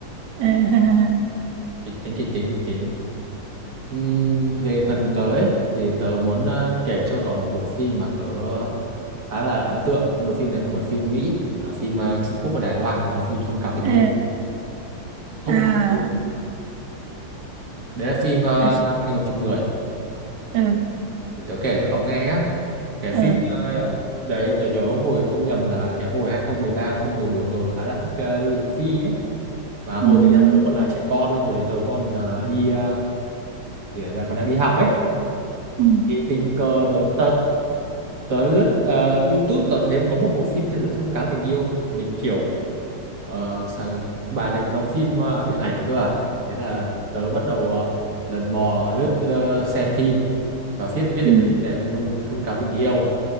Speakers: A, on the right; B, on the right.
A: <laughs>
B: Kịch tính, kịch tính, kịch tính. Ừm, về phần tớ ấy, thì tớ muốn ờ, kể cho cậu một bộ phim mà tớ khá là ấn tượng. Nhưng mà phim này không phải phim Mỹ, mà phim ờ, Trung Quốc và Đài Loan. Đó là phim Thông cáo tình
A: ờ,
B: yêu. Thông
A: à
B: cáo tình yêu. Đấy là phim ờ,
A: tớ-
B: năm 2010.
A: ừ.
B: Để tớ kể cho cậu nghe nhé. cái
A: ờ
B: phim ờ, đấy tớ nhớ hồi không nhầm là cái hồi 2013 2014 tớ khá là thích ờ, Lưu Dực Phi ấy mà hồi
A: ừ
B: đấy là tớ còn là trẻ con cơ, hồi đấy tớ còn ờ, đi ờ, để là còn đang đi học ấy
A: ừ
B: thì tình cờ tớ tớ, tớ lướt ờ, YouTube tớ thấy có một bộ phim tên là Thông Cáo Tình Yêu mình kiểu ờ, sao- bà này cũng đóng phim ờ, điện ảnh cơ à thế là tớ bắt đầu ờ, lần mò lướt ờ, xem phim và biết biết được
A: ừ
B: cái phim này là phim thông thông cáo tình yêu